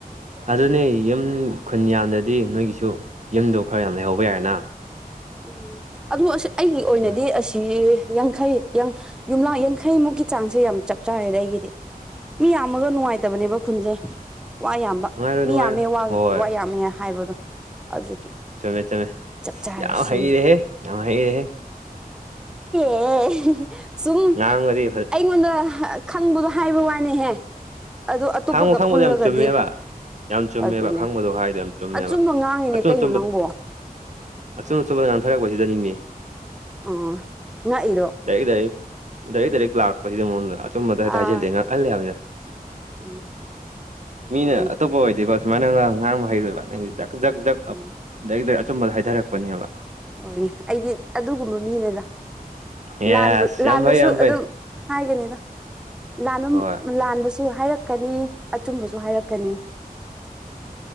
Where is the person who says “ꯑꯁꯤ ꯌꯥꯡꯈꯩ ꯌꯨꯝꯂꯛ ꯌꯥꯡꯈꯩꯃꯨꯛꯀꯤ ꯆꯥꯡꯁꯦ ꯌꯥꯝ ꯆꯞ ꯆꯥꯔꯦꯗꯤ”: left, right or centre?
Centre